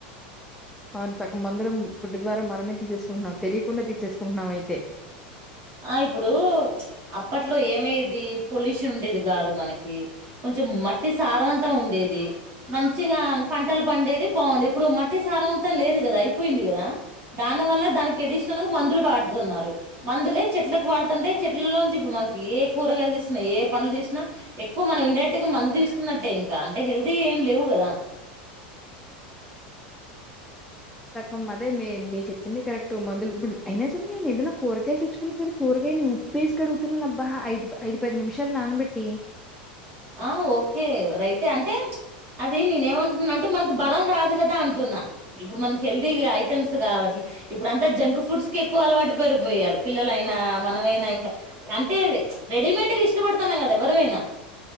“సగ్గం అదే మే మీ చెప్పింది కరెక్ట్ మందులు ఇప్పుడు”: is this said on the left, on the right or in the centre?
Centre